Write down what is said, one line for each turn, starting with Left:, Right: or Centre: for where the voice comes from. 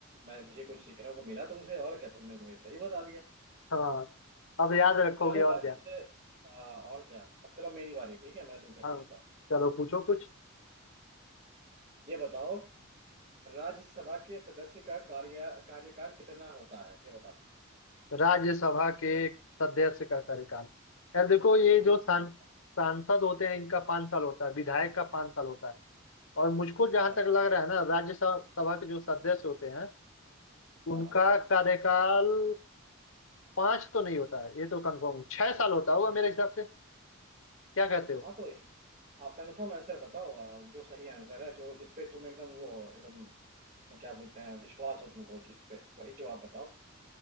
Right: मैं मुझे कुछ सीखने को मिला तुमसे और क्या तुमने मुझे सही बता दिया
Left: हाँ अब याद रखोगे
Right: चलो
Left: और
Right: मैं
Left: क्या
Right: तुमसे अ, और क्या अब चलो मेरी बारी ठीक है मैं तुमसे पूछता
Left: हाँ
Right: हूँ
Left: चलो पूछो कुछ
Right: ये बताओ राज्यसभा के सदस्य का कार्य कार्यकाल कितना होता है ये बताओ
Left: राज्यसभा के सदस्य का कार्यकाल यार देखो ये
Right: हाँ
Left: जो
Right: कितना
Left: सांस-
Right: होता
Left: सांसद होते हैं इनका पाँच साल होता है विधायक का पाँच साल होता है और मुझको
Right: है अच्छा
Left: जहां तक लग रहा है ना राज्यसभा सभा के जो सदस्य होते हैं
Right: हाँ
Left: उनका
Right: हाँ
Left: कार्यकाल पाँच तो नहीं होता है ये तो कंफर्म छह साल होता होगा मेरे हिसाब से क्या कहते
Right: हाँ,
Left: हो
Right: तो आप कन्फर्म आंसर बताओ आ, जो सही आंसर है जो जिसपे तुम एकदम वो हो, एकदम क्या बोलते हैं विश्वास हो तुमको जिसपे वही जवाब बताओ